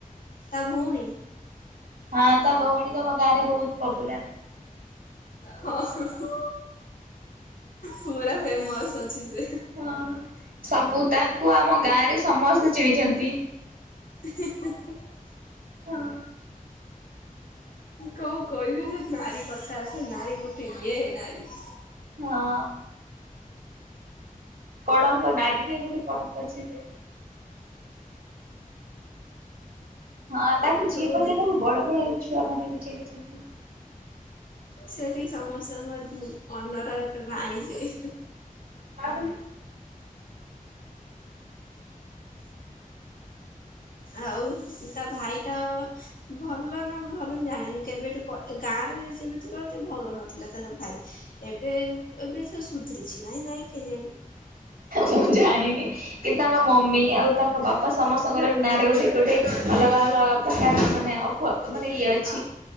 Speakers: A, on the left; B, on the right.
A: ତା ଭଉଣୀ।
B: ହଁ ତା ଭଉଣୀ ତମ ଗାଁରେ ବହୁତ ପପୁଲାର
A: ହୁଁ ହୁଁ। ପୁରା ଫେମସ୍ ଅଛି ସେ।
B: ହଁ ସବୁ ତାଙ୍କୁ ଆମ ଗାଁରେ ସମସ୍ତେ ଚିଣିଛନ୍ତି।
A: <unintelligible>
B: ହଁ।
A: କଣ କହିବି ଯେ ନାରୀ କଥା ସେ ନାରୀ ଗୋଟେ ଏ ନାରୀ।
B: ହଁ। କଳଙ୍କ ନାରୀରେ ଗୋଟେ କଣଙ୍କ ଅଛି ଜେ। ହଁ ତାକୁ ଯିଏ
A: ହଁ।
B: ପଚାରିଦବ ବଡ ଭାଈ ଛୁଆ ମାନେ ବି ଚିହ୍ନିଛନ୍ତି।
A: ସେଠି ସମସ୍ତଙ୍କ ଅନର ରାଣୀ ସେ।
B: ଛା <inaudible>
A: ଆଉ ତା ଭାଇଟା ଭଲ ନା ଭଲ ଜାଣିନୁ କେବେଠୁ ଗାଁରେ ସେମିତି ରହୁଛି ଭଲ ନଥି ଥିଲା ତାର ଭାଇ ଏବେ ଏବେ ସେ ସୁଧୁରିଛି ନାଇଁ ନାଇଁ କେଜାଣି।
B: ମୁଁ ଜାଣିନି। କି ତାଙ୍କ ମମି ଆଉ ତାଙ୍କ ବାପା ସମସ୍ତଙ୍କର ନାଁରେ ଗୋଟେ ଗୋଟେ ଅଲଗା ଅଲଗା ପ୍ରକାର ମାନେ ପ ମାନେ ଇଏ ଅଛି।
A: ଆ